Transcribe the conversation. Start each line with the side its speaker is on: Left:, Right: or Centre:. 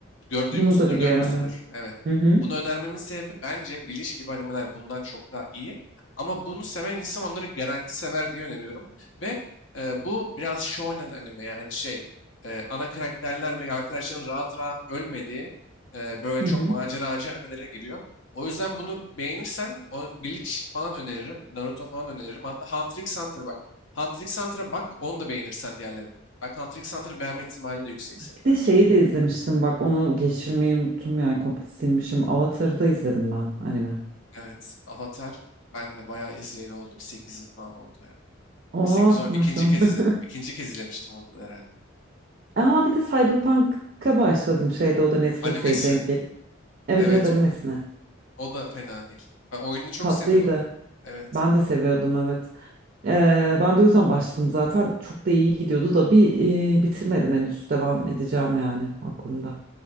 Left: Gör, duymuşsundur,
Right: bunu da biliyorum.
Left: görmüşsündür.
Right: evet.
Left: Evet.
Right: Hı hı.
Left: Bunu önermemin sebebi bence Bleach gibi animeler bundan çok daha iyi. Ama bunu seven insan onları garanti sever diye öneriyorum. Ve e, bu biraz shonen anime yani şey e, ana karakterler ve arkadaşların rahat rahat ölmediği e, böyle
Right: Hı
Left: çok
Right: hı.
Left: maceracı animelere giriyor. O yüzden bunu beğenirsen o, Bleach falan öneririm. Naruto falan öneririm. Hatta Hunter x Hunter bak. Hunter x Hunter'a bak onu da beğenirsen diğerlerini. Bak Hunter x Hunter'ı beğenme ihtimalin de yüksek senin
Right: Bir de
Left: bence.
Right: şeyi de izlemiştim bak onu geçirmeyi unuttum yani komple silmişim. Avatar'ı da izledim ben anime.
Left: Evet, Avatar ben de bayağı izleyeli oldu. Bir 8 yıl falan oldu ya.
Right: Oh
Left: E, sekiz on
Right: maşallah.
Left: ikinci kez izledim. İkinci kez izlemiştim onu da herhalde.
Right: <laughs> Aa bir de Cyberpunk'a başladım şeyde o da Netflix'e
Left: Animesi.
Right: denk gelip. Evet
Left: Evet
Right: evet animesine.
Left: o, o da fena değil. Ben oyununu çok
Right: Tatlıydı.
Left: seviyordum. Evet.
Right: Ben de seviyordum evet. Ee, ben de o yüzden başladım zaten. Çok da iyi gidiyordu da bir e, bitirmedim henüz. Devam edeceğim yani aklımda.